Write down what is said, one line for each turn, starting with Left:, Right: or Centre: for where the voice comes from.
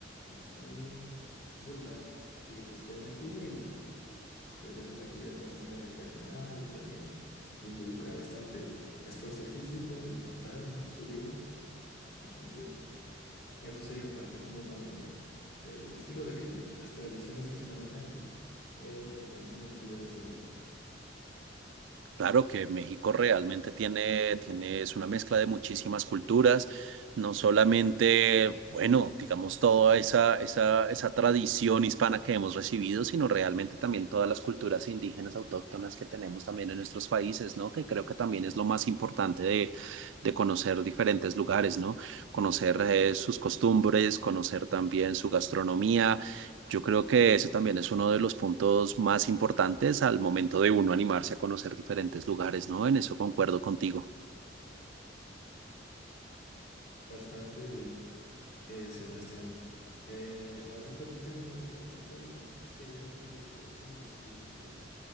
Left: Es un volcán que está inactivo y pues es una actividad bastante recreacional y también involucra bastante esfuerzo físico y mental, ¿no? Subirlo. Entonces, eso sería parte como también de, del estilo de vida y las tradiciones que se manejan aquí en el país en el que yo resido.
Right: Claro que México realmente tiene, tiene, es una mezcla de muchísimas culturas, no solamente, bueno, digamos, toda esa, esa, esa tradición hispana que hemos recibido, sino realmente también todas las culturas indígenas autóctonas que tenemos también en nuestros países, ¿no? Que creo que también es lo más importante de, de conocer diferentes lugares, ¿no? Conocer eh, sus costumbres, conocer también su gastronomía yo creo que eso también es uno de los puntos más importantes al momento de uno animarse a conocer diferentes lugares, ¿no? En eso concuerdo contigo.
Left: Bastante bien, eh, Sebastián. Eh, ahora permíteme preguntarte cuál sería tu próximo destino ideal